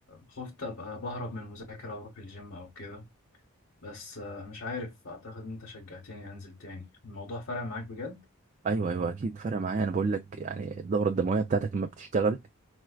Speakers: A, on the left (about 60°); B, on the right (about 30°).
A: خفت ابقى بهرب من المذاكرة واروح الجيم او كده بس مش عارف اعتقد ان انت شجعتني انزل تاني الموضوع فرق معاك بجد
B: أيوه أيوه أكيد فرق معايا أنا بقول لك يعني الدورة الدموية بتاعتك لما بتشتغل